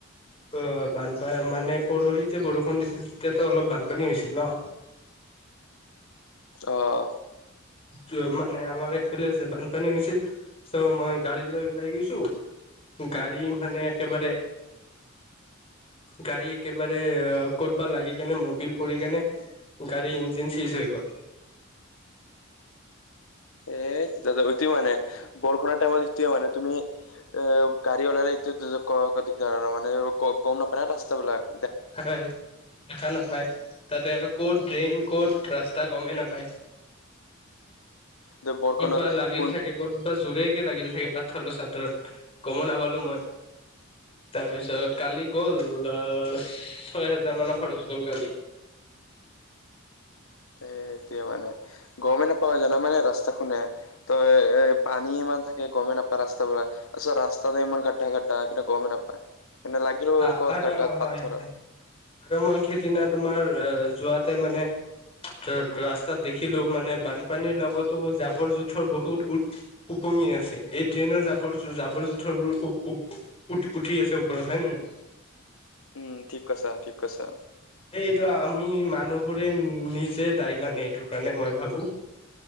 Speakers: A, on the left (about 30°); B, on the left (about 75°).
A: অঁ বানপায় মানে পৰহিত- যেতিয়া বৰষুণ দিছিল তেতিয়াতো অলপ বানপানী হৈছিল ন?
B: অঁ!
A: কিয় মানে আমাৰ এফালে যে বানপানী হৈছিল। চৌ মই গাড়ী লৈ ওলাই গৈছোঁ। গাড়ী মানে একেবাৰে- গাড়ী একেবাৰে ক'তবা লাগি কেনে মবিল পৰি কেনে- গাড়ী ইঞ্জিন চিজ হৈ গ'ল।
B: এ তেতিয়া ত য়েটে মানে বৰষুণৰ টাইমত এতিয়া মানে তুমি। এ গাড়ী অলাৰে এতিয়া দিকদাৰ ৰ মানে গম নাপায় ন ৰাস্তা বিলাক।
A: থাকা হয়ঁ দেখা নাপায় তাতে আৰু ক'ত ড্ৰেইন ক'ত ৰাস্তা গমেই নাপায়।
B: যে বৰষুণত
A: ক'তবা লাগিল
B: কোন
A: চাগে? ক'ত বা জোৰেকে লাগিল চাগে পাথৰ চাটৰত। গম নাপালো মই। তাৰপিছত কালি গ'ল আহ ছয় হেজা মানৰ খৰচ গ'ল কালি।
B: সে এতিয়া মানে গমে নাপাওঁ জান মানে ৰাস্তা খুনে। ত এ পানী ইমান থাকে গমে নাপায ৰাস্তাবোৰক। আছ ৰাস্তাটো ইমান গাদ্দা গাদ্দা কিন্তু গমেই নাপায়। মানে লাগিলও
A: আ
B: আৰু ক'ৰবাত গাদ্দাত
A: হয়
B: পাথৰত।
A: হয় আৰু মই সেদিনা তোমাৰ অঁ যোৱাতে মানে। ত ৰাস্তাত দেখিলোমানে বানপানীৰ লগতো জাবৰ জোথৰ বহুত ওট- উপঙি আছে। এই ট্ৰেইনৰ জাপৰ জাবৰ জোথৰবোৰ উপ উ উ- উঠ উঠি আছে ওপৰত হয় নে নাই?
B: উমঁ ঠিক কৈছা ঠিক কৈছা।
A: এই এইটো আমি মানুহবোৰে নিজে দায় মানে এইটোৰ কাৰণে মই ভাবোঁ।